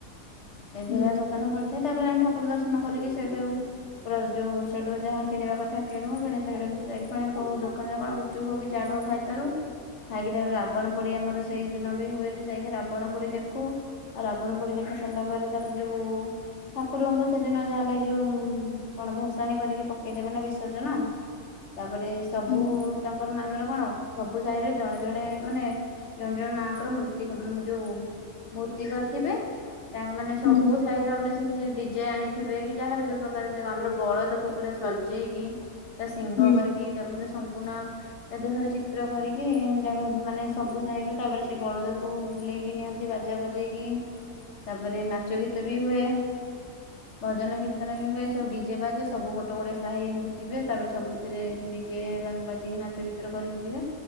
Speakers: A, on the left (about 55°); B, on the left (about 70°).
A: ଏଭଳିଆ
B: ହୁଁ
A: ଦୋକାନ ପଡି ତାପରେ ଆମେ ଠାକୁର ଦର୍ଶନ କରିକି ସେଇଠୁ ପୁରା ଯଉ ସେଠୁ ଯାହା କିଣିବା କଥା କିଣୁ କିଣି ସାରିକି ଯାଇକି ପୁଣି କୋଉ ଦୋକାନରେ କଣ ଗୁପଚପ ହଉ କି ଚାଟ ହଉ ଖାଇସାରୁ ଖାଇକି ତାପରେ ରାବଣ ପୋଡି ଆମର ସେଇ ଦିନ ବି ହୁଏ ଯେ ଯାଇକି ରାବଣ ପୋଡି ଦେଖୁ ଆଉ ରାବଣ ପୋଡି ଦେଖି ସାରିଲା ପରେ ତାପରେ ଯୋଉ ଠାକୁରଙ୍କୁ ସେଦିନ ଯାହା ହେଲେ ଯୋଉ କଣ ଭସାଣି କରିକି ପକେଇଦେବେ ନା ବିସର୍ଜନ। ତାପରେ ସବୁ
B: ହୁଁ
A: ତାଙ୍କର ମାନ ମାନେ କଣ? ସବୁ ସାହିରେ ଜଣେ ଜଣେ ମାନେ ଜଣେ ଜଣେ ମାଙ୍କର ମୃତ୍ତି ମୁଁ ଯୋଉ ମୃତ କରିଥିବେ ତାଙ୍କ ମାନେ ସବୁ
B: ହୁଁ
A: ସାହିର ଆମେ ସେମିତି ସେ ଡିଜେ ଆଣିଥିବେ କି ଯାହାର ଯୋଉ ପ୍ରକାର ଆମର ବଳଦକୁ ପୁରା ସଜେଇକି ତା ଶିଂଙ୍ଗ
B: ହୁଁ
A: କରିକି ତାପରେ ପୁନ ତା ଦେହରେ ଚିତ୍ର କରିକି ତାକୁ ମାନେ ସବୁ ସାହିରେ ତାପରେ ସେ ବଳଦକୁ ବୁଲେଇକି ନିଅନ୍ତି ବାଜା ବଜେଇକି ତାପରେ ନାଚ ଗୀତ ବି ହୁଏ। ଭଜନ କୀର୍ତ୍ତନ ବି ହୁଏ ସବୁ ଡିଜେ ବାଜେ ସବୁ ଗୋଟେ ଗୋଟେ ସାହି ଏମିତି ଯିବେ ତାପରେ ସବୁଥିରେ ଡିଜେ ମାନେ ବାଜିକି ନାଚ ଗୀତରେ କରିକି ଯିବେ